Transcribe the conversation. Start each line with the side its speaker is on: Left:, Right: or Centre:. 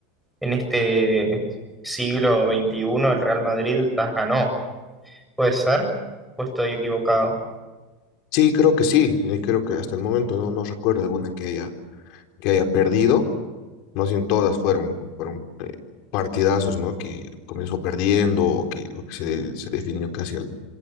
Centre: en este siglo XXI, el Real Madrid las ganó. ¿Puede ser? ¿O estoy equivocado?
Left: Sí, creo que sí. eh, creo que hasta el momento no, no recuerdo alguna que haya, que haya perdido. Más bien todas fueron, fueron eh, partidazos, ¿no? Que comenzó perdiendo o que, o que se, se definió casi al,